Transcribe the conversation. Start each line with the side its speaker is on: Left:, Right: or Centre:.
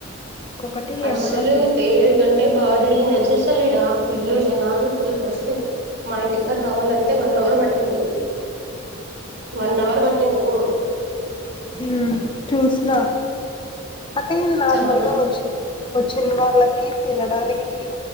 Left: ఒకటి
Right: అస్సలు
Left: ఏమన్నా తి
Right: తేరు కంటే బా జరిగింది తెలుసా అస్సలీడా ఫుల్లు జనాలు, ఫుల్ రష్. మా ఇంటికాడ రావాలంటే వన్ అవర్ పట్టింది. వన్ అవర్ పట్టింది టైము.
Left: హుమ్ చూసిన అంటే నార్మల్
Right: టైమ్ చాలా
Left: గా వచ్చి, వచ్చిన వాళ్ళ కి తినడానికి,